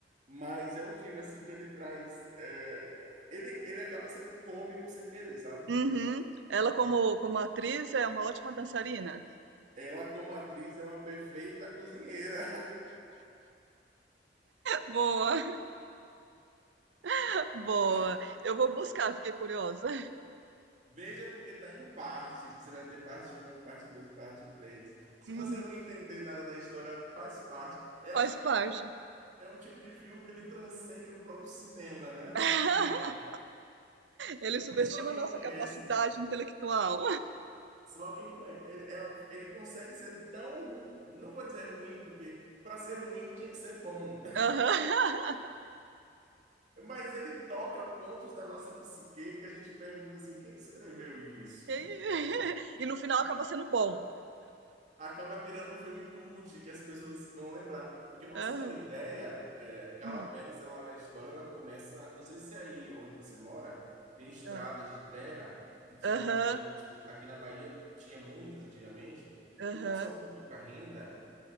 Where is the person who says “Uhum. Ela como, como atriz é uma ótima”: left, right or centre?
Right